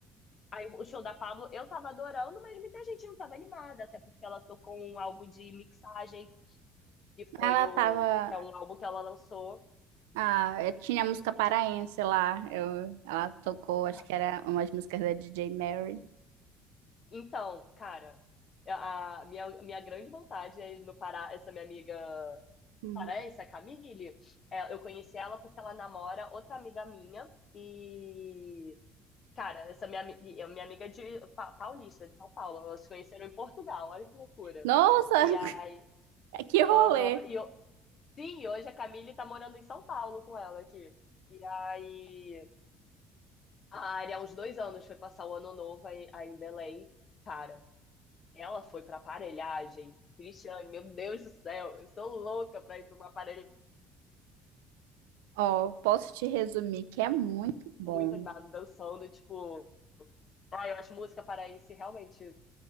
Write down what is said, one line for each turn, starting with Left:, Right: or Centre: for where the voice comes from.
Left: Aí o show da Pablo eu tava adorando, mas muita gente não tava animada, até porque ela tocou um álbum de mixagem, que foi
Right: Ela
Left: o.
Right: tava.
Left: que é um álbum que ela lançou.
Right: Ah, eu tinha a música paraense lá. Eu, ela tocou, acho
Left: Ah,
Right: que era umas músicas da DJ Mary.
Left: Então, cara, a minha, minha grande vontade é ir no Pará, essa minha amiga
Right: Uhum.
Left: paraense, a Camille, é, eu conheci ela porque ela namora outra amiga minha e, cara, essa minha, ami- é minha amiga é de pa- paulista, de São Paulo, elas se conheceram em Portugal, olha que loucura.
Right: Nossa,
Left: E aí,
Right: <laughs> que
Left: aham,
Right: rolê!
Left: e eu, sim, e hoje a Camille tá morando em São Paulo com ela aqui. E aí, a Ari, há uns dois anos, foi passar o ano novo aí aí em Belém. Cara, Ela foi pra aparelhagem. Cristiane, meu Deus do céu, eu sou louca pra ir pra uma aparelhagem
Right: Ó, posso te resumir que é muito bom.
Left: muito animada, dançando, tipo. Ah, eu acho música paraense realmente